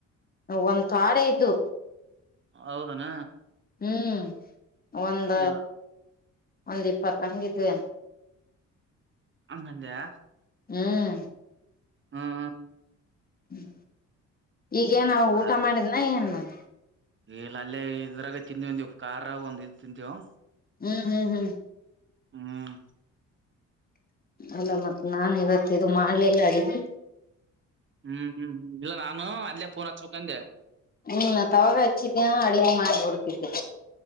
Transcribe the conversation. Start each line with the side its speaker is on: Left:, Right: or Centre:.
Left: ಒಂದ್ ತಾಡೆ ಇದ್ದದು
Right: ಹೌದನಾ
Left: ಹ್ಮ್ ಒಂದ
Right: ಇಲ್ಲ
Left: ಒಂದ್ ಇಪ್ಪತ್ತ ಹಂಗಿದ್ವಿ
Right: ಹಂಗಂದ್ಯಾ
Left: ಹ್ಮ್
Right: ಹಾ ಹ
Left: ಹ್ಮ್ ಈಗೇ ನ
Right: ಹ
Left: ಊಟ ಮಾಡಿದ್ನ ಏನ್ ಮಾಡ
Right: ಇಲ್ಲ ಅಲ್ಲೇ ಇದ್ರಾಗ ತಿಂಧ ದವಿಂದವು ಕಾರ್ ಒಂದ ಇ್ ತಿಂತಿವವು
Left: ಹ್ಮ್ ಹ್ಮ್ ಹ್ಮ್
Right: ಹ್ಮ್
Left: ಅಲ್ಲ ಮತ್ತ್ ನಾ ಇವತ್ತ ಇದು ಮಾಡಲೆಲ್ಲ ಅಡಿದ್ದ
Right: ಹ್ಮ್ ಹ್ಮ್ ಹ್ಮ್ ಇಲ್ಲ ನಾನು ಅಲ್ಲೇಫೋನ್ ಹಚ್ಕಂಡೆ
Left: ಹ ನಾ ತವಾಗ ಹಚ್ಚಿದ ಅಡುಗೆ ಮಾರ್ಬಿಡ್ತಿದ್ದೆ